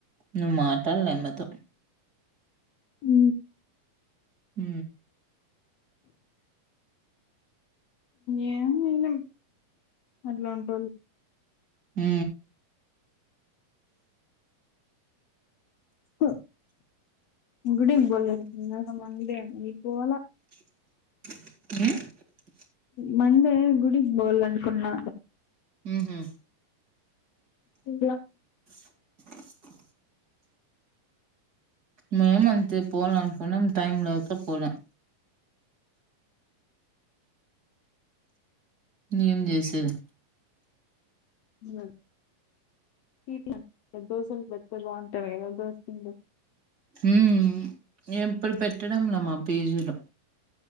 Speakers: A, on the right; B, on the left.
A: నువ్వు మాటలు నెమ్మత
B: హ
A: హ
B: ఏ అన అట్లాంట
A: హ
B: హ ఇడ పోలే మండే అ ఈ పోాల
A: అ
B: మందే గుడికి బవాల అనుకున్నా
A: హ
B: తిన్న
A: అ మేమ్ అంతే పోల్ అనుకున్నం టైమ్ లేక పోలే ఏం చేసేది
B: ఉ పి ప్ల దోసలు పెద్ద బావుంటేనే కద దోస పిండి
A: ఉమ్మ్ ఎప్పుడు పెట్టడంలే మా పిజీలో